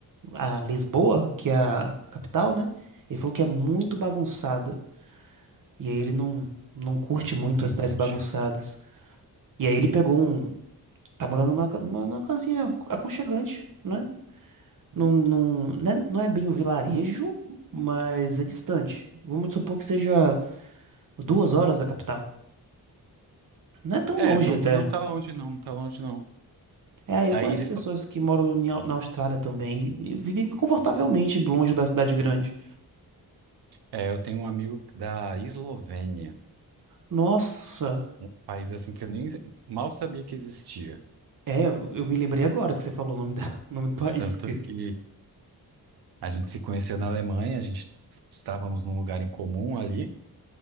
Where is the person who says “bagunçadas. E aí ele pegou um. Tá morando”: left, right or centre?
Right